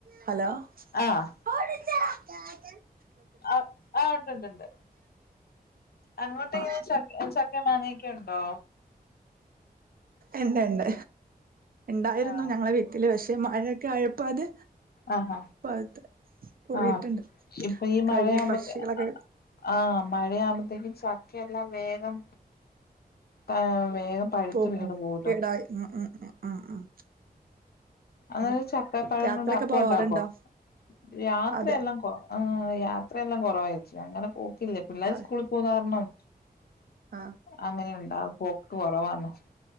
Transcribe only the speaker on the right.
ഹലോ
<inaudible>
ആ
ഇണ്ട് ഇണ്ട് ഇണ്ടായിരുന്നു
ഞങ്ങളെ വി ട്ടിലെ പക്ഷെ മഴയൊക്കെ ആയപ്പോ അത്
പഴുത്ത് പോയിട്ടുണ്ട്
കഴിഞ്ഞു പക്ഷികളൊക്കെ
തോക്കു
കേടായി ഉം ഉം ഉം ഉം ഉം
അതെ
യാത്രയൊക്കെ
പോവാറുണ്ടോ
അതെ
അതെ
ആ